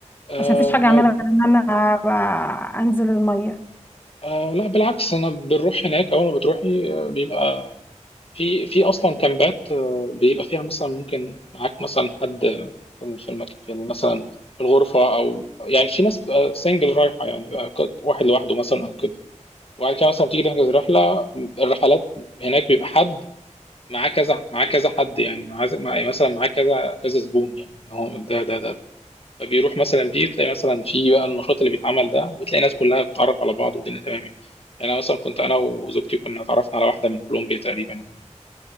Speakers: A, on the left; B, on the left.
A: آه
B: عشان مفيش حاجة اعملها غير ان انا أبقى انزل المية
A: آه لا بالعكس انا بنروح هناك اول ما بتروحي آه، بيبقى في في اصلا كامبات آه، بيبقى فيها مثلا ممكن معاك مثلا حد في في المك... في مثلا في الغرفه او يعني في ناس سنجل رايحه يعني بيبقى ك- واحد لوحده مثلا او كده وبعد كده مثلا بتيجي تحجز رحله الرحلات هناك بيبقى حد معاه كذا معاه كذا حد يعني معاه معاه- مثلا معاه كذا كذا زبون يعني إن هو ده ده ده فبيروح مثلا دي تلاقي مثلا في بقى النشاط اللي بيتعمل ده بتلاقي ناس كلها بتتعرف على بعض والدنيا تمام يعني يعني انا مثلا كنت انا وزوجتي كنا اتعرفنا على واحده من كولومبيا تقريبا يعني